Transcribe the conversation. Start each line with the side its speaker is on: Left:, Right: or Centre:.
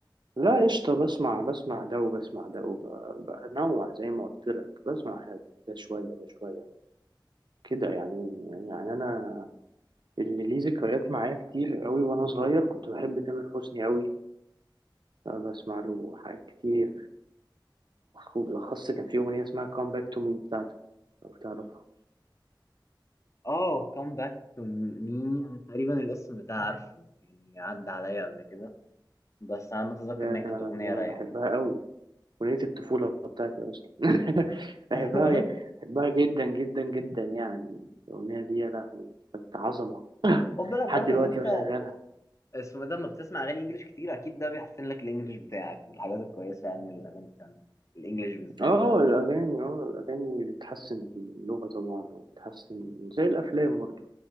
Right: لا قشطة بسمع بسمع ده وبسمع ده وبنوع زي ما قلت لك بسمع ده شوية ده شوية كده يعني يعني انا اللي ليه ذكريات معايا كتير قوي وانا صغير كنت بحب تامر حسني قوي بسمع له حاجات كتير وبالأخص كان في أغنية اسمها Come Back to Me بتاعته لو تعرفها
Left: اه come back to me أنا تقريبا الاسم ده عارفه يعني عدى عليا قبل كده بس أنا متذكر
Right: يا
Left: إن هي
Right: ده
Left: كانت
Right: أنا
Left: أغنية
Right: ده أنا
Left: رايقة
Right: بحبها قوي أغنية الطفولة بتاعتي أصلا <laughs> بحبها
Left: <laughs>
Right: بحبها جدا جدا جدا يعني الأغنية دي يا لهوي كانت عظمة
Left: خد بالك
Right: لحد
Left: برضو
Right: دلوقتي
Left: إن أنت
Right: بشغلها
Left: اسمه ده لما بتسمع أغاني إنجليش كتير أكيد ده بيحسن لك الإنجليش بتاعك من الحاجات الكويسة يعني الأغاني التانية الإنجليش بالذات
Right: اه الأغاني اه الأغاني بتحسن اللغة طبعا وبتحسن زي الأفلام برضو